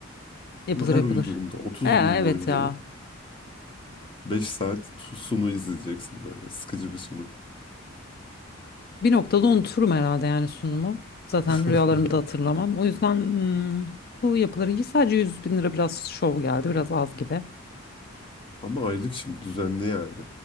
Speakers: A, on the left (about 45°); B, on the left (about 25°).
A: Yapılır
B: Ama her
A: yapılır.
B: uyuduğunda 30
A: Ee, evet
B: gün boyunca
A: ya.
B: 5 saat su- sunu izleyeceksin böyle sıkıcı bir sunu.
A: Bir noktada unuturum herhalde yani sunumu. Zaten
B: <laughs>
A: rüyalarımı da hatırlamam. O yüzden hmm, bu yapıları iyi. Sadece 100 bin lira biraz şov geldi. Biraz az gibi.
B: Ama aylık şimdi düzenli yani.